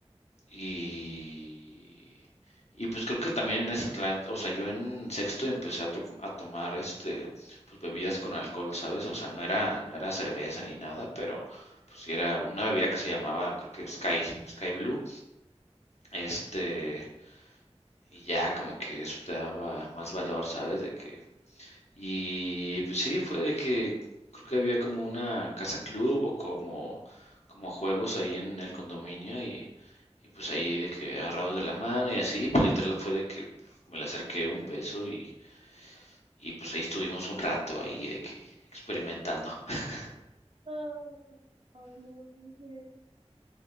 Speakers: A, on the left (about 75°); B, on the right (about 55°).
A: Y, y pues creo que también es, la- o sea, yo en sexto empecé a, to- a tomar este, pues bebidas con alcohol, ¿sabes? O sea, no era, no era cerveza ni nada, pero pues sí era una bebida que se llamaba, creo que Sky, Sky Blue, este, y ya como que eso te daba más valor, ¿sabes? De que y pues sí, fue de que creo que había como una casa club o como, como juegos ahí en el condominio y, y pues ahí de que agarrados de la mano y así, pues literal fue de que me le acerqué un beso y, y pues ahí estuvimos un rato ahí de que experimentando. <laughs>
B: no no lo puedo creer.